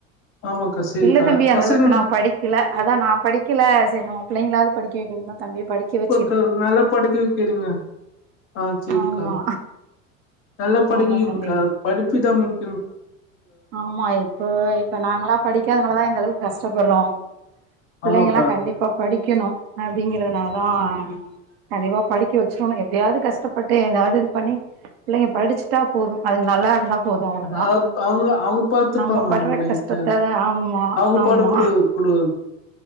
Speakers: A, on the left; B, on the right.
A: ஆமாக்கா சேரிக்கா
B: இல்ல தம்பி அந்த
A: பசங்கன
B: அளவுக்கு நா படிக் கல அதா நா படிக்கல சரி நம்ம பிள்ளைங்களாது படிக்க வைக்கணு தம்பிய படிக்க வச்
A: கா நல்லா படிக்க வைக்கிறீங்க ஆ செரிக்கா
B: ஆமா
A: நல்லா படிக்க
B: ஆமா
A: வைங்க்கா
B: தம்பி
A: படிப்புதா முக்
B: ஆமா இப்போ இப்ப நாங்கலா படிக்காதனாலதா இந்த அளவுக்கு கஷ்டப்படுறோ பிள்ளைங்க
A: ஆமாக்கா
B: எல்லா கண்டிப்பா படிக்கணு அப்டிங்கறதுனால தா கண்டிப்பா படிக்க வச்சிடணு எப்டியாது கஷ்டபட்டு ஏதாது இது பண்ணி பிள்ளைங்க படிச்சிட்டா போது அதுங்க நல்லா இருந்தா போது அவ்ளோதா
A: ஆப் அவங்க அவ பாத்துப்பாங்க
B: நம்ம படுற
A: அவங்க லைஃப்
B: கஷ்டத்த ஆமா
A: அவங்க
B: ஆமா
A: பாடு குடு குடு